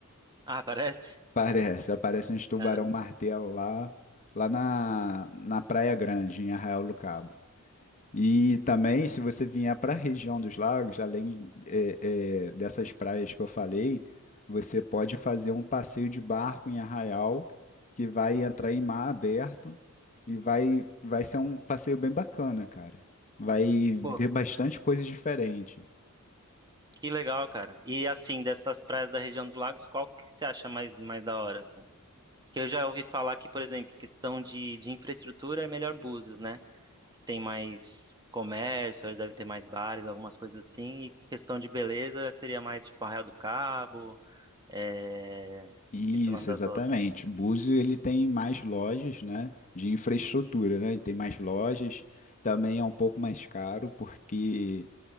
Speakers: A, on the right; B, on the left.
A: Ah, parece?
B: Parece, aparece uns tubarão-martelo
A: Cara.
B: lá, lá na, na Praia Grande, em Arraial do Cabo. E também, se você vier para a região dos lagos, além é, é, dessas praias que eu falei, você pode fazer um passeio de barco em Arraial, que vai entrar em mar aberto e vai, vai ser um passeio bem bacana, cara. Vai
A: Pô,
B: ver bastante coisa diferente.
A: que legal, cara. E assim, dessas praias da região dos lagos, qual que você acha mais, mais da hora, assim? Porque eu já ouvi falar que, por exemplo, questão de, de infraestrutura é melhor Búzios, né? Que Tem mais comércio, deve ter mais bares, algumas coisas assim. E questão de beleza seria mais tipo Arraial do Cabo. É...
B: Isso,
A: Esqueci o nome das
B: exatamente.
A: outras.
B: Búzio ele tem mais lojas, né, de infraestrutura, né? Ele tem mais lojas. Também é um pouco mais caro porque